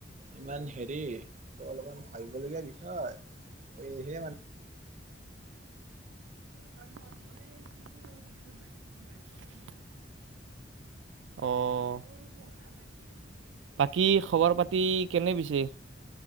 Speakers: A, on the right; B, on the right.
A: ইমান হেৰি ত' অলপমান ভাবিব লগীয়া বিষয়। এহে আৰু
B: <inaudible> অ'বাকী খবৰ পাতি কেনে পিছে?